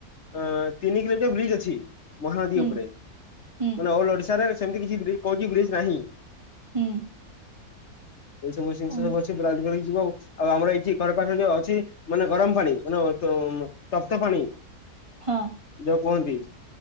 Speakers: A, on the left; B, on the right.
A: ଅଁ ତିନି କିଲୋମିଟର୍ ବ୍ରିଜ୍ ଅଛି। ମହାନଦୀ
B: ହୁଁ
A: ଓପରେ
B: ହୁଁ
A: ମାନେ ଅଲ୍ ଓଡିଶାରେ ସେମିତି କିଛି ବ୍ରିଜ୍ କୌଣସି ବ୍ରିଜ୍ ନାହିଁ।
B: ହୁଁ।
A: ଏଇ ସବୁ ଜିନଷ
B: ଓ
A: ସବୁ ଅଛି ପ୍ଲାନ କରିକି ଯିବ ଆଉ। ଆଉ ଆମର ଏଇଠି ଘର ପାଖରେ ଯୋଉ ଅଛି ମାନେ ଗରମ୍ ପାଣି ମାନେ ଅ ତ ମ। ତ ପାଣି।
B: ହଁ।
A: ଯୋଉ କୁହନ୍ତି।